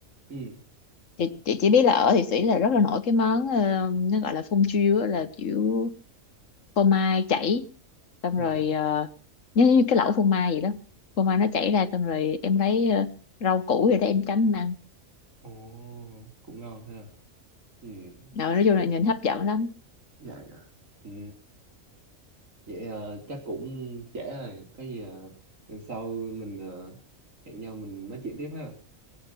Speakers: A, on the right; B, on the left.
A: Ừ.
B: chị, chị chỉ biết là ở Thụy Sĩ là rất là nổi cái món ờ, nó gọi là phun chiêu á, là kiểu phô mai chảy xong
A: Dạ
B: rồi
A: dạ.
B: ờ, nhớ như cái lẩu phô mai vậy đó phô mai nó chảy ra xong rồi em lấy ờ, rau củ rồi đó em chấm em ăn
A: Ồ, cũng ngon ha. Ừ,
B: rồi
A: xịn.
B: nói chung là nhìn hấp dẫn lắm
A: Dạ dạ. Ừ, vậy ờ, chắc cũng trễ rồi. Có gì ờ, lần sau mình ờ, hẹn nhau mình nói chuyện tiếp ha.